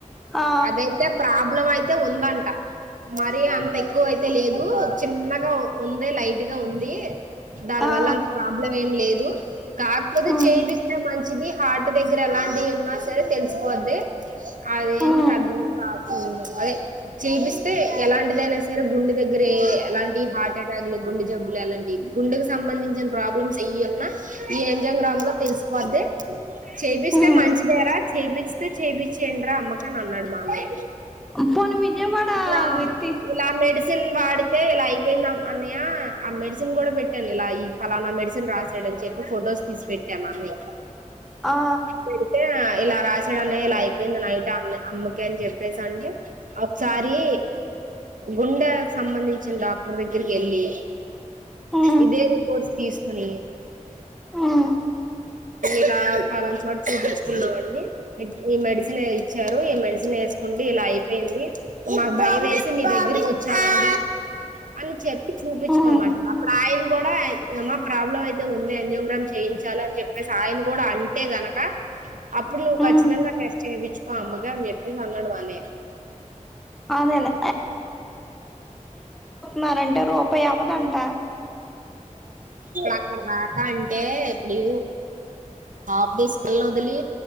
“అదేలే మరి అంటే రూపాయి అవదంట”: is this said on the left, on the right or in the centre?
Centre